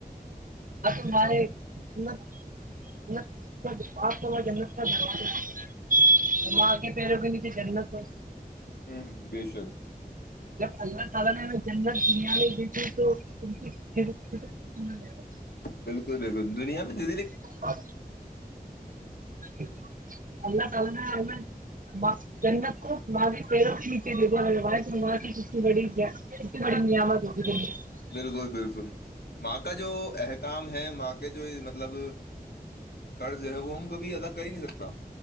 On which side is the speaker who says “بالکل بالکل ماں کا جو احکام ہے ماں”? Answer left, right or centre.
Left